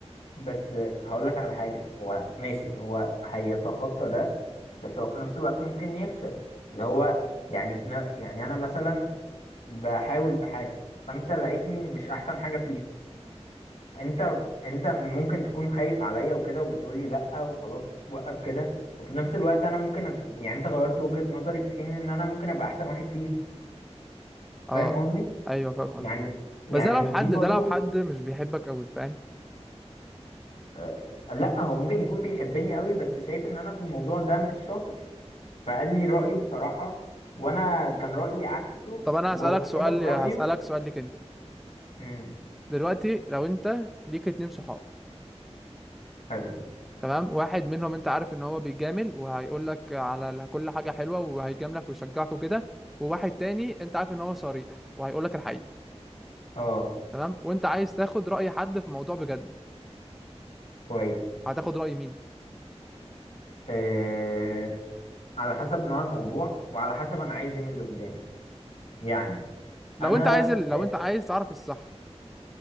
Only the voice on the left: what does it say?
بس هقولك على حاجة هو ماشي هو هيتخطى ده بس هو في نفس الوقت ممكن يفشل اللي هو يعني في ن... يعني أنا مثلا بحاول في حاجة فأنت لقيتني مش أحسن حاجة فيها انت انت ممكن تكون خايف عليا وكده وبتقولي لا وخلاص وقف كده وفي نفس الوقت انا ممكن أكون يعني انت غيرت وجهة نظري في حين ان انا ممكن ابقى احسن واحد فيها
فاهم قصدي
يعني
يعني
دي برضو
آه، لا هو ممكن يكون بيحبني قوي بس شايف ان انا في الموضوع ده مش شاطر فقال لي رأيه بصراحة وانا كان رأيي عكسه
وهو
بسبب
رأيه
امم
حلو
اه
كويس
آه على حسب نوع الموضوع وعلى حسب انا عايز ايه من اللي قدامي يعني
انا
آه،